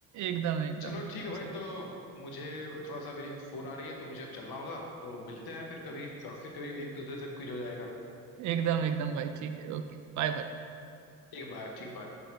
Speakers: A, on the right (about 45°); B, on the left (about 60°).
A: एकदम एकदम
B: चलो
A: एकदम
B: ठीक है भाई
A: सही
B: तो मुझे थोड़ा सा मेरी फोन आ रही है तो मुझे अब चलना होगा तो मिलते हैं फिर कभी और फिर कभी एक दूसरे से क्विज हो जाएगा
A: एकदम एकदम भाई ठीक है ओके बाय बाय
B: ठीक है बाय ठीक बाय